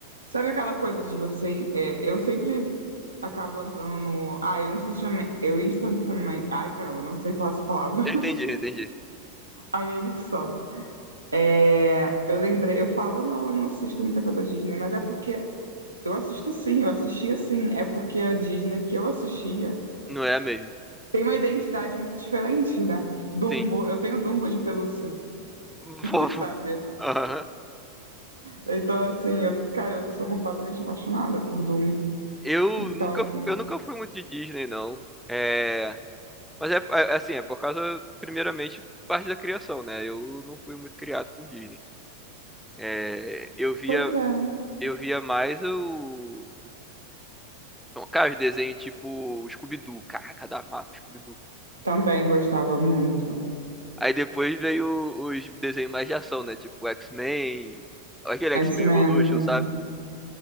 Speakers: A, on the right; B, in the centre.
A: Sabe aquela coisa de você. é, eu sempre acabo entrando no. Ah, eu instantaneamente. Eu instantaneamente. Ai, caramba, eu não sei falar essa palavra.
B: Eu entendi, eu entendi.
A: <laughs> A minha dicção. É, eu lembrei, eu falo, não, eu não assisto muita coisa Disney, mas é porque. Eu assisto sim, eu assistia sim. É porque a Disney que eu assistia
B: Não é mesmo?
A: tem uma identidade muito diferente, né? Dumbo,
B: Sim.
A: eu tenho Dumbo de pelúcia.
B: <laughs>
A: <laughs>
B: Fofo.
A: sabe?
B: Aham.
A: Então, assim, eu, cara, eu sou completamente apaixonada por Dumbo.
B: Eu
A: Então,
B: nunca, eu nunca fui muito de Disney, não. É. Mas é, é- assim, é por causa, primeiramente, parte da criação, né? Eu não fui muito criado com Disney. É, eu via,
A: pois é.
B: eu via mais o. então, Cara, os desenhos tipo Scooby-Doo. Caraca, da Marvel, Scooby-Doo.
A: Também gostava muito.
B: Aí depois veio os desenhos mais de ação, né? Tipo X-Men, aquele
A: X-Men
B: X-Men Evolution,
A: também.
B: Hum. sabe?